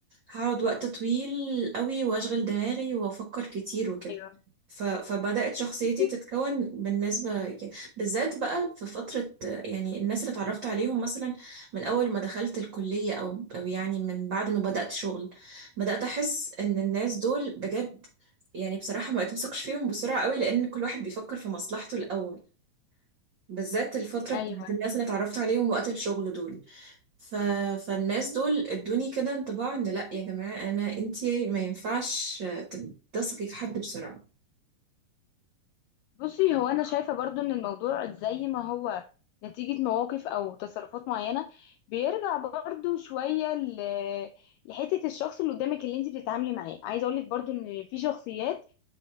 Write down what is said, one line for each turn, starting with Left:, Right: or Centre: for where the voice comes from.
Right: هقعد وقت طويل قوي وأشغل دماغي وأفكر كتير وكده
Left: ايوه
Right: ف- فبدأت شخصيتي
Left: بصي،
Right: تتكون بالنسبة كده بالذات بقى في فترة آه، يعني الناس اللي اتعرفت عليهم مثلا من أول ما دخلت الكلية أو أو يعني من بعد ما بدأت شغل بدأت أحس إن الناس دول بجد يعني بصراحة ما بتوثقش فيهم بسرعة قوي لأن كل واحد بيفكر في مصلحته الأول بالذات الفترة
Left: ايوه
Right: بتاعت الناس اللي اتعرفت عليهم وقت الشغل دول ف... فالناس دول ادوني كده انطباع إن لأ يا جماعة أنا أنتي ما ينفعش تم- تثقي في حد بسرعة
Left: بصي هو انا شايفه برضو ان الموضوع زي ما هو نتيجه مواقف او تصرفات معينه بيرجع برضو شويه ل- لحته الشخص اللي قدامك اللي انت بتتعاملي معاه عايزه اقولك برضو ان في شخصيات